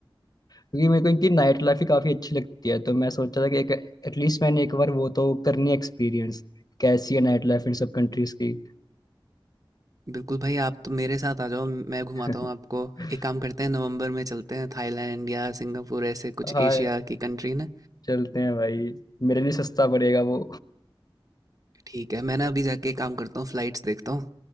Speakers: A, on the left (about 45°); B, on the right (about 40°).
A: क्योंकि मेरे को इनकी नाइट लाइफ ही काफ़ी अच्छी लगती है तो मैं सोचा था कि एक एटलीस्ट मैंने एक बार वो तो करनी एक्सपीरियंस कैसी है नाइट लाइफ इन सब कंट्रीज की
B: बिल्कुल भाई आप तो मेरे साथ आ जाओ मैं घुमाता
A: <laughs>
B: हूँ आपको एक काम करते हैं नवंबर में चलते हैं थाईलैंड या सिंगापुर ऐसे कुछ
A: हाँ
B: एशिया की कंट्री ना
A: चलते हैं भाई मेरे लिए सस्ता पड़ेगा वो
B: ठीक है मैं ना अभी जाके एक काम करता हूँ फ्लाइट्स देखता हूँ